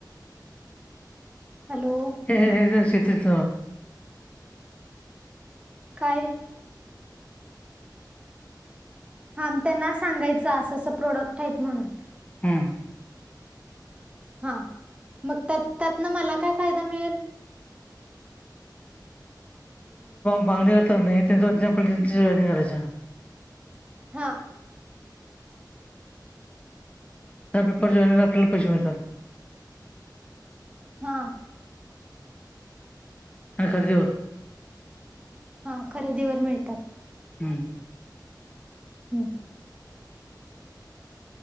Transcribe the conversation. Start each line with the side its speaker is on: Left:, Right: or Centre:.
Right: हॅलो
Left: ह शेतीच.
Right: काय? हा त्यांना सांगायच असंं प्रोडक्ट हाईत म्हणून
Left: हमम.
Right: हा मग त्यातन मला काय फायदा मिळेल?
Left: बांगली करत नाही त्याच्या पद्धतीने जॉईनिंग करायच्या.
Right: हा.
Left: त्या पेपर जॉईन आपल्याला पैसे मिळतात.
Right: हा.
Left: आणि खरेदीवर.
Right: हा खरेदीवर मिळतात..
Left: हम्म.
Right: हम्म.